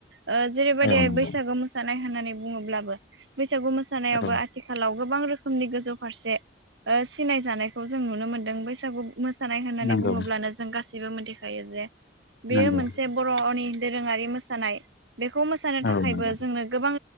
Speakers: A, on the right; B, on the left.
A: ओ जेरैबायदि
B: औ नंगौ
A: बैसागु मोसानाय होननानै बुङोब्लाबो बैसागु मोसानायावबो
B: औ
A: आथिखालाव गोबां रोखोमनि गोजौ फारसे ओ सिनाय जानायखौ जों नुनो मोन्दों बैसागु मोसानाय होननानै
B: नंगौ
A: बुङोब्लानो जों गासै बो मोनथिखायो जे बेयो
B: नंगौ
A: मोनसे बर'नि दोरोङारि मोसानाय बेखौ मोसानो
B: औ
A: थाखायबो
B: नंगौ
A: जोंनो गोबां